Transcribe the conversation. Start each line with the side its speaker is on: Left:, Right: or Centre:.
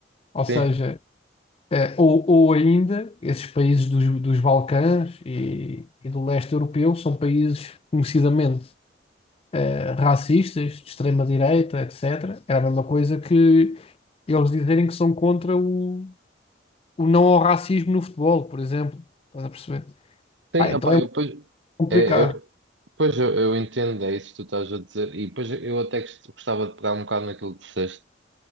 Left: Ou seja,
Right: sim.
Left: Eh, ou, ou ainda, esses países dos, dos Balcãs e, e do leste europeu são países conhecidamente eh, racistas, de extrema-direita, etc. Era a mesma coisa que eles dizerem que são contra o, o não ao racismo no futebol, por exemplo. Estás a perceber?
Right: Sim,
Left: Pá, então
Right: opá,
Left: é muito
Right: eu, pois,
Left: complicado,
Right: é, eu, pois eu, eu entendo, é isso que tu estás a dizer, e depois eu até gost- gostava de pegar um bocado naquilo que disseste